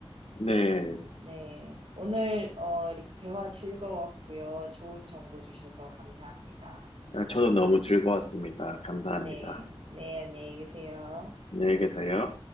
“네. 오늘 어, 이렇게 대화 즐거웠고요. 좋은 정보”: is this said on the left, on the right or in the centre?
Right